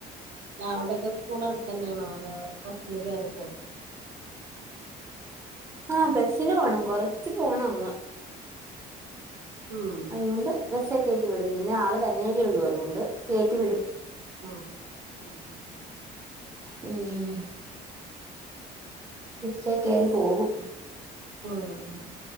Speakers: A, on the right (about 60°); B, on the right (about 15°).
A: അവിടൊക്കെ സ്കൂളട്ത്തന്നെ ആണോ അതോ ബസ്ന് കേറി പോണോ?
B: ആഹ് ബസ് ന് പോണം കൊറച്ച് പോണങ്ങു
A: ഉം
B: അതുകൊണ്ട് ബസെ കെ റ്റി വിടും. ഇന്ന് ആള് തന്നെയല്ലേ ഒള്ളു അതുകൊണ്ട് കേറ്റിവിടും
A: ആഹ് ഉം ഉം
B: ഉം ബസേ കേറി പോകും
A: ആഹ്